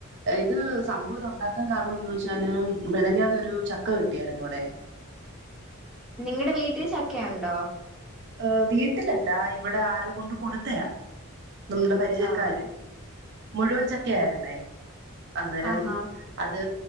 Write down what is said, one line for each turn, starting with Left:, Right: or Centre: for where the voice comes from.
Right: ഇത് സംഭവം ഇത് ഉണ്ടാക്കാൻ കാരണം എന്താന്ന് വെച്ചാല് മെനഞ്ഞാന്നൊരു ചക്ക കിട്ടിയായിരുന്നു ഇവിടെ.
Centre: നിങ്ങടെ വീട്ടിൽ ചക്കയുണ്ടോ?
Right: ഏ വീട്ടിലല്ല ഇവിടെ ആരോ കൊണ്ട് കൊടുത്തയാ. നമ്മുടെ പരിചയക്കാര്.
Centre: ആഹ്.
Right: മുഴുവൻ ചക്ക ആയിരുന്നേ. അന്നേരം
Centre: ആഹാ.
Right: അത്